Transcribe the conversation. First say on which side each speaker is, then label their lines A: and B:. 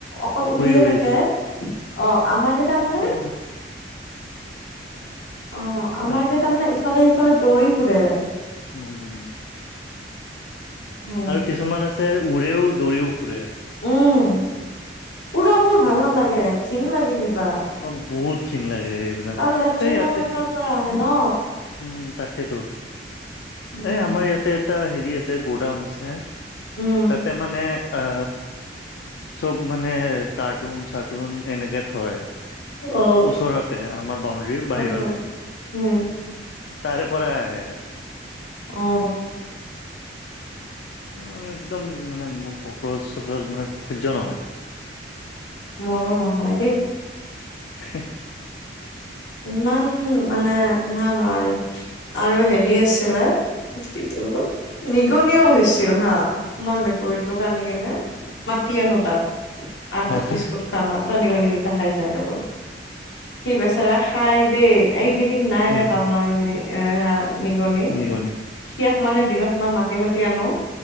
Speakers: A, on the left; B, on the left.
A: অকল উৰিয়ে
B: উৰি
A: থাকে, অঁ আমাৰ কেইটা মানে-
B: মাত
A: অ'
B: ভাল
A: আমাৰকেইটা মানে ইফালে-সিফালে দৌৰি ফুৰে।
B: ম- উম।
A: উম
B: আৰু কিছুমান আছে উৰেও, দৌৰিও ফুৰে।
A: উম, উৰাবোৰ
B: তেনেকুৱা
A: ভাল নালাগে, ঘিণ লাগে কিবা।
B: অ' বহুত ঘিণ লাগে এইবিলাক।
A: কাৰণ লেট্ৰিনৰ
B: এই ইয়াতে
A: গাঁতৰ পৰা আহে ন'।
B: উম, তাকেতো।
A: উম
B: এই আমাৰ ইয়াতে এটা হেৰি আছে গ'ডাউন আছে।
A: উম
B: তাতে মানে আ- চব মানে কাৰ্টুন-চাৰ্টুন এনেকে থয়।
A: অ
B: ওচৰতে, আমাৰ বাউণ্ডৰীৰ
A: হ
B: বাহিৰতে।
A: হ উম
B: তাৰে পৰাই আহে।
A: অ'।
B: অ' একদম মানে মোৰ কক্ৰচ-চক্ৰচ মানে সহ্য নহয়।
A: মোৰো নহয় দেই।
B: হেঁহ।
A: ইমান মানে হেয়া নোৱাৰি, আৰু হেৰি আছিলে কি বুলি কয়, নিগনিও হৈছিল হাঁ। মই মেকুৰীটোক আনি কিনে মাতি আনো তাত। আ তোক
B: অ
A: বিস্কুট খাম আ। তই নিগনি কেইটা খাই যায় অকল। সি বেচেৰা খায় দেই। এইকেইদিন নাই
B: উম,
A: দেখা মই- মে- এ সেয়া নিগনি।
B: নিগনি
A: সিয়াক মানে দিনত মই মাতি - মাতি আনো।